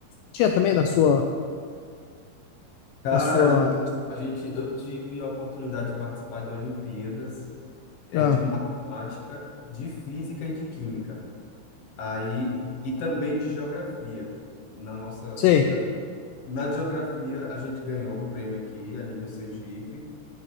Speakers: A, on the left; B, on the left.
A: Tinha também na sua,
B: Cara,
A: na sua,
B: a gente, a gente- eu tive a oportunidade de participar de Olimpíadas. é,
A: ah,
B: de matemática, de física e de química. Aí, e também de geografia. Na nossa,
A: sei.
B: a gente já, na de geografia, a gente ganhou um prêmio aqui a nível Sergipe.